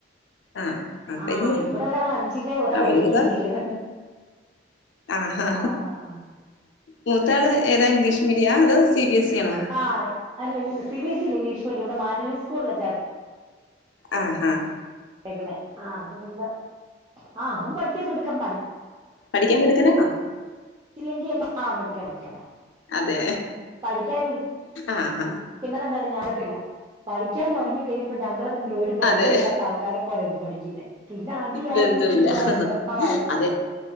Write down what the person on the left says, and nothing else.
ആഹ് അപ്പ
ഇനി
അവര്ക്കിതാ
ആഹ്
മൂത്ത ആള് ഏതാ ഇംഗ്ലീഷ് മീഡിയ അതോ സി ബി എസ് ഇ ആണോ
ആഹ് ആഹ്
പഠിക്കാൻ മിടുക്കണാന്നോ
അതെ
ആഹ് ആഹ്
അതെ
ബന്ധവില്ല
അതെ